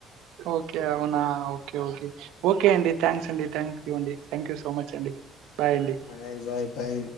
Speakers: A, on the right (about 80°); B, on the left (about 80°).
A: ఓకే అవునా ఓకే ఓకే ఓకే అండి థ్యాంక్స్ అండి థ్యాంక్ యూ అండి థ్యాంక్ యూ సో మచ్ అండి బాయ్ అండి
B: బై బై బై